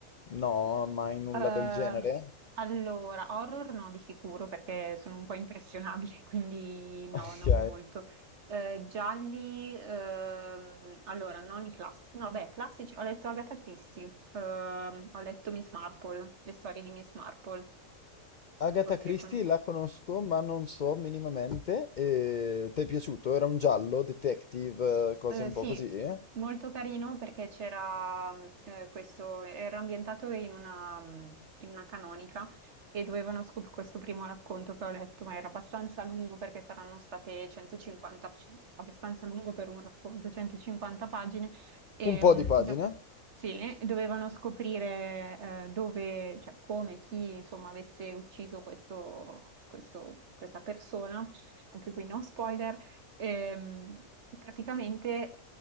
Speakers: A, on the left; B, on the right.
A: No, mai nulla
B: Eh,
A: del genere?
B: allora, horror no, di sicuro, perché sono un po' impressionabile, <laughs> quindi no,
A: <laughs> Ok.
B: non molto. Eh, gialli, ehm, allora, non i classici. No, beh, classici, ho letto Agatha Christie, ehm, ho letto Miss Marple, le storie di Miss Marple.
A: Agatha
B: Non so se
A: Christie
B: le conosci.
A: la conosco, ma non so minimamente. E... Ti è piaciuto? Era un giallo, detective, eh, cose
B: Eh,
A: un
B: sì,
A: po' così? eh?
B: molto carino perché c'era mh, eh, questo, era ambientato in una, mh, in una canonica e dovevano scoprire questo primo racconto che ho letto, ma era abbastanza lungo perché saranno state 150, sì, abbastanza lungo per un racconto, 150 pagine, e,
A: Un po'
B: mh,
A: di pagina?
B: do- sì, dovevano scoprire eh, dove, cioè come, chi insomma avesse ucciso questo, questo- questa persona, anche qui no spoiler Ehm, praticamente